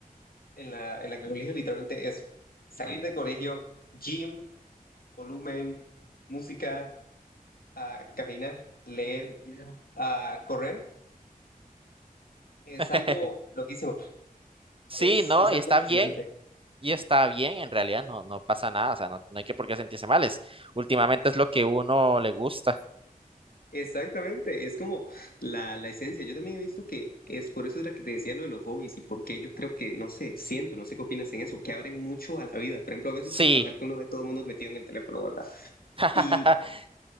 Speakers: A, on the left; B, on the right.
A: en la, en la que el colegio literalmente es salir de colegio, gym, volumen, música, ah, cafeína, leer, ah, correr. Es
B: <laughs>
A: algo loquísimo,
B: Sí,
A: es,
B: no,
A: es algo
B: y está
A: fascinante.
B: bien, y está bien, en realidad no, no pasa nada, o sea, no, no hay que por qué sentirse mal, es, últimamente es lo que uno le gusta.
A: Exactamente, es como la, la esencia. Yo también he visto que es por eso era que te decía lo de los hobbies y porque yo creo que, no sé, siento, no sé qué opinas en eso, que abren mucho a la vida. Por ejemplo, a veces
B: Sí,
A: suele pasar que uno ve todo el mundo metido en el teléfono, ¿verdad?
B: <laughs>
A: Y